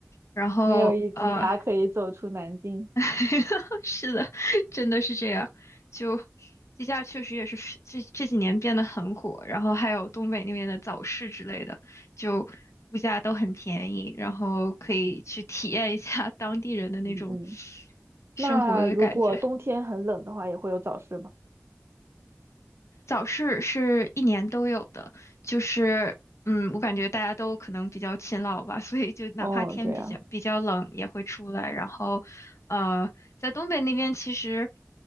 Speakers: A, on the left; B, on the right.
A: 然后呃，
B: 没有一只鸭可以走出南京。
A: <laughs> 是的，真的是这样。就鸡架确实也是是这这几年变得很火，然后还有东北那边的早市之类的，就物价都很便宜，然后可以去体验一下 <laughs> 当地人的那种
B: 嗯嗯，
A: 生活的感觉。
B: 那如果冬天很冷的话，也会有早市吗？
A: 早市是一年都有的，就是嗯，我感觉大家都可能比较勤劳吧，所以就哪怕天比较比较冷也会出来。
B: 哦，对呀，
A: 然后，呃，在东北那边其实